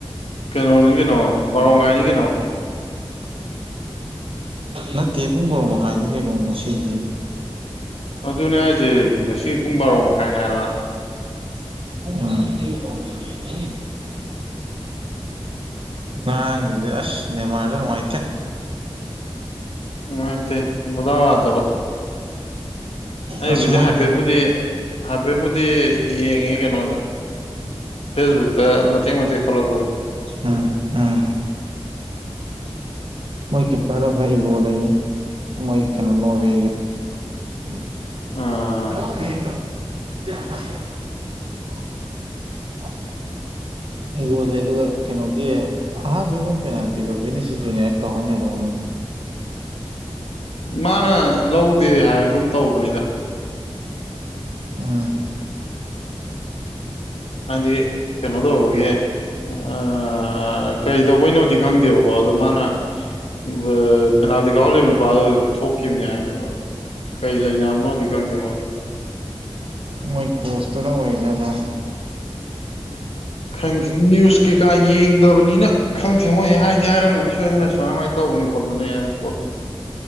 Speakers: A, on the left; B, on the right.
A: ꯀꯩꯅꯣꯅꯤ ꯀꯩꯅꯣ ꯕꯥꯔꯣ ꯃꯈꯥꯏꯅꯤ ꯀꯩꯅꯣ
B: ꯅꯠꯇꯦ ꯄꯨꯡ ꯕꯥꯔꯣ ꯃꯈꯥꯏꯅꯤ ꯀꯩꯅꯣ ꯉꯁꯤꯁꯦ <inaudible>
A: ꯑꯗꯨꯅꯦ ꯍꯥꯏꯁꯦ ꯉꯁꯤ ꯄꯨꯡ ꯕꯥꯔꯣ ꯃꯈꯥꯏꯅꯦ ꯍꯥꯏꯕ
B: <unintelligible> ꯉꯥꯔꯥꯡꯒꯤꯗꯨ ꯑꯁ ꯅꯦꯔꯃꯥꯔꯗꯨ ꯅꯨꯡꯉꯥꯏꯇꯦ
A: ꯅꯨꯡꯉꯥꯏꯇꯦ ꯃꯗꯥꯎ ꯌꯥꯗꯕ ꯑꯩꯕꯨꯗꯤ
B: ꯑꯁ ꯃꯣꯏ
A: ꯍꯥꯏꯐꯦꯠꯄꯨꯗꯤ ꯍꯥꯏꯐꯦꯠꯕꯨꯨꯗꯤ ꯌꯦꯡꯉꯦ ꯀꯩꯅꯣꯗ ꯐꯦꯁꯕꯨꯛꯇ ꯃꯇꯦꯛ ꯃꯇꯦꯛ ꯊꯣꯛꯂꯛꯄꯗꯣ
B: ꯎꯝ ꯎꯝ ꯃꯣꯏ ꯀꯤꯞꯄꯔꯗꯣ ꯈꯔ ꯏꯒꯣ ꯂꯩꯅꯦ ꯃꯣꯏ ꯀꯩꯅꯣ ꯅꯣꯔꯋꯦꯒꯤꯗꯣ <inaudible>
A: ꯑꯥ
B: <unintelligible> <inaudible> ꯌꯣꯜꯂꯦ ꯑꯗꯨꯒ ꯀꯩꯅꯣꯒꯤ ꯑꯍꯥꯟꯕꯩ ꯃꯣꯏ ꯄꯦꯅꯥꯜꯇꯤꯗꯣ ꯕꯦꯅꯤꯁꯤꯁ ꯖꯨꯅꯤꯌꯔ ꯀꯥꯎꯍꯟ ꯌꯥꯗ ꯈꯪꯗꯦ
A: ꯃꯥꯅ ꯂꯧꯗꯦ ꯍꯥꯏꯕꯒꯨꯝ ꯇꯧꯕꯅꯤꯗ
B: ꯎꯝ
A: ꯍꯥꯏꯗꯤ ꯀꯩꯅꯣ ꯇꯧꯕꯒꯤꯦ ꯑ ꯀꯩꯇꯧꯕꯩꯅꯣꯗꯤ ꯈꯪꯗꯦꯕꯀꯣ ꯑꯗꯣ ꯃꯥꯅ ꯑ ꯄꯦꯅꯥꯜꯇꯤ ꯀꯥꯎꯍꯜꯂꯤꯕ ꯅꯨꯄꯥꯗꯨꯗ ꯄꯤꯊꯣꯛꯈꯤꯕꯅꯦ ꯍꯥꯏꯕꯅꯦ ꯀꯩ ꯂꯩꯅꯕꯅꯣꯗꯤ ꯈꯪꯗꯦ ꯃꯣꯏꯗꯣ
B: ꯃꯣꯏ ꯀꯣꯁꯆꯇꯨꯅ ꯑꯣꯏꯖꯥꯠꯂꯥ
A: ꯈꯪꯗꯦ ꯅ꯭ꯌꯨꯁ ꯀꯩꯀꯥ ꯌꯦꯡꯗꯕꯅꯤꯅ ꯈꯪꯗꯦ ꯃꯣꯏ ꯍꯥꯏꯗꯤ ꯍꯥꯏꯔꯝꯒꯅꯤ ꯁꯣꯏꯗꯅ ꯁꯨꯃꯥꯏꯃꯥꯏꯅ ꯇꯧꯕꯅꯤ ꯈꯣꯠꯄꯅꯦ ꯍꯥꯏꯕ ꯄꯣꯠꯇꯣ